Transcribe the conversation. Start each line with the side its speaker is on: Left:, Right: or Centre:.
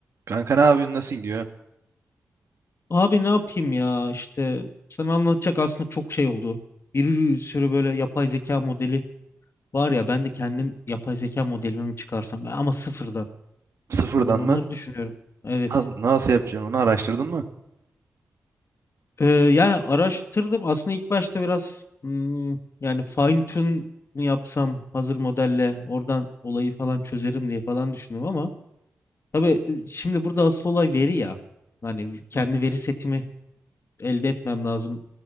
Right: Kanka ne yapıyorsun? Nasıl gidiyor?
Left: Abi ne yapayım ya işte sana anlatacak aslında çok şey oldu. Bir sürü böyle yapay zeka modeli var ya ben de kendim yapay zeka modelimi mi çıkarsam ben- ama sıfırdan.
Right: Sıfırdan
Left: Alan onları
Right: mı?
Left: düşünüyorum. Evet.
Right: Na- Nasıl yapacaksın onu araştırdın mı?
Left: Ee, yani araştırdım aslında ilk başta biraz hmm, yani fine tune mu yapsam hazır modelle oradan olayı falan çözerim diye falan düşündüm ama tabii e, şimdi burada asıl olay veri ya. Hani kendi
Right: Hı hı.
Left: veri setimi elde etmem lazım.